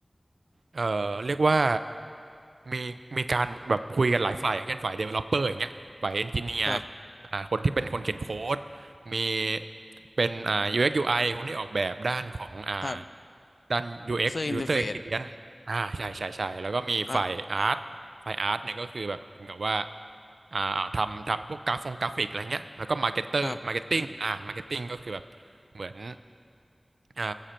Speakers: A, on the right; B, on the left.
A: เอ่อเรียกว่ามีมีการแบบคุยกันหลายฝ่ายอย่างเช่นฝ่าย developer อย่างเงี้ยฝ่าย engineer
B: ครับ
A: อ่าคนที่เป็นคนเขียนโค้ดมีเป็นอ่า UX UI คนที่ออกแบบด้านของอ่า
B: ครับ
A: ด้าน UX
B: เซอร์อินเทอร์เฟซ
A: User Experience อ่าใช่ใช่ใช่แล้วก็มีฝ่ายอาร์ตฝ่ายอาร์ตเนี่ยก็คือแบบเหมือนกับว่า
B: ครับ
A: อ่าทำทำพวกกราฟงกราฟิกอะไรเงี้ยแล้วก็มาร์เก็ตเตอร์มาร์เก็ตติ้งอ่ามาร์เก็ตติ้งก็คือแบบเหมือน
B: ครับ
A: อ่า